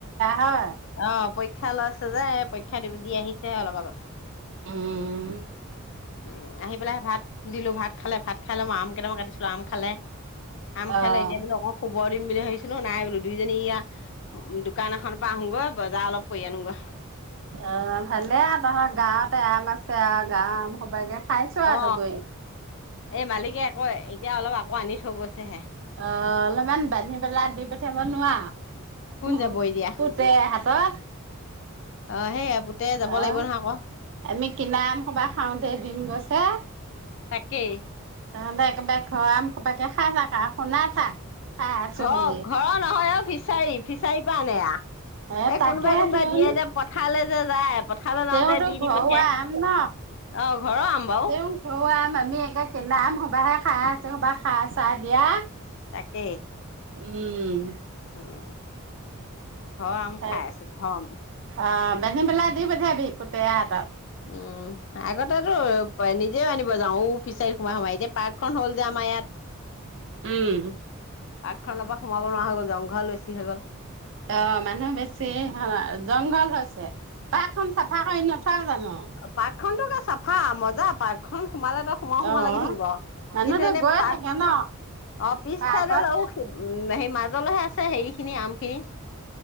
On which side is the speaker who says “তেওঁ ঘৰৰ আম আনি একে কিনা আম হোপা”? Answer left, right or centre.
Right